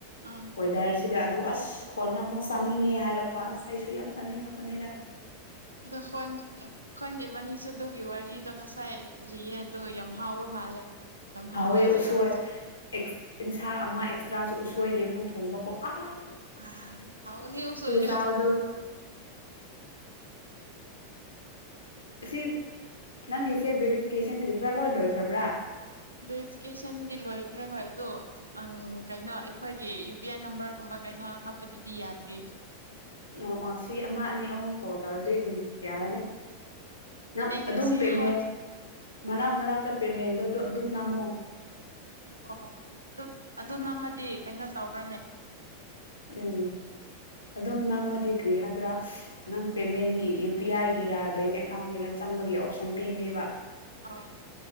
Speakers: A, on the right (about 80°); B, on the left (about 75°).
A: ꯑꯥ
B: ꯋꯦꯗꯔꯁꯤꯒ ꯑꯗꯨ ꯑꯁ ꯍꯣꯅꯝ ꯆꯥꯅꯤꯡꯉꯦ ꯍꯥꯏꯔꯛꯄ ꯑꯁ ꯑꯩꯁꯨ ꯌꯥꯝ ꯆꯥꯅꯤꯡꯂꯛꯄꯅꯤꯗ
A: ꯑꯗꯣ ꯍꯣꯟ ꯑ ꯍꫭꯟ ꯏꯕꯅꯤꯁꯨ ꯑꯗꯨꯒꯤ ꯋꯥꯔꯤꯗꯣ ꯉꯁꯥꯏ ꯂꯤꯌꯦ ꯑꯗꯣ ꯌꯥꯝ ꯍꯥꯎꯕ ꯃꯥꯜꯂꯦ ꯌꯥꯝ
B: ꯍꯥꯎꯋꯦ ꯎꯁꫭꯏ
A: ꯌꯥꯝ ꯍꯥꯎꯋꯦ
B: ꯑꯦꯛꯁ ꯏꯟꯁꯥꯡ ꯑꯃ ꯑꯦꯛꯁꯇ꯭ꯔꯥꯁꯨ ꯎꯁꯣꯏꯒꯤ ꯑꯃꯨꯛ ꯊꯣꯡꯕ ꯀꯣ ꯑ
A: ꯑ ꯍꯥꯎꯕꯅꯤ ꯎꯁꫭꯏ
B: ꯆꯥꯕꯗꯨ ꯑꯁꯤ ꯅꯪꯒꯤꯁꯦ ꯕꯦꯔꯤꯐꯤꯀꯦꯁꯟ ꯀꯔꯤ ꯀꯔꯥ ꯂꯣꯏ ꯂꯣꯏꯈ꯭ꯔꯕ꯭ꯔꯥ
A: ꯚꯦꯔꯤꯐꯤꯀꯦꯁꯟꯗꯤ ꯂꯣꯏꯈ꯭ꯔꯦ ꯍꯣꯏ ꯑꯗꯣ ꯑꯪ ꯀꯩꯅꯣ ꯑꯩꯈꯣꯏꯒꯤ ꯌꯨ ꯄꯤ ꯑꯥꯏ ꯅꯝꯕꯔꯒꯨꯝꯕ ꯀꯩꯅꯣ ꯍꯥꯞꯄꯗꯨꯗꯤ ꯌꯥꯗ꯭ꯔꯤꯌꯦ
B: ꯑꯣ ꯑꯣ ꯁꯤ ꯑꯃ ꯑꯅꯤ ꯑꯍꯨꯝ ꯀꯣꯜ ꯇꯧꯔꯗꯤ ꯎꯝ ꯌꯥꯔꯅꯤ ꯅꯪ
A: ꯑꯩ
B: ꯑꯗꯨꯝ
A: ꯉꯁꯤ
B: ꯄꯦꯃꯦ
A: ꯈꯣꯠ
B: ꯃꯔꯛ ꯃꯔꯛꯇ ꯄꯦꯃꯦꯟꯗꯣ ꯑꯗꯨꯝ ꯅꯝꯃꯣ
A: ꯑꯣ ꯗꯨ ꯑꯗꯨ ꯅꯝꯃ ꯗꯤ ꯀꯩꯅꯣ ꯇꯧꯕ꯭ꯔꯥꯅꯦ
B: ꯎꯝ ꯑꯗꯨꯝ ꯅꯝꯃꯗꯤ ꯀꯔꯤ ꯍꯥꯏꯕ꯭ꯔꯥ ꯅꯪ ꯄꯦꯃꯦꯟꯒꯤ ꯌꯨ ꯄꯤ ꯑꯥꯏꯒꯤꯔ ꯕꯦꯡ ꯑꯦꯀꯥꯎꯟꯒꯤꯔ ꯆꯪꯕꯒꯤ ꯑꯣꯞꯁꯟ ꯄꯤꯒꯅꯤꯕ
A: ꯑꯥ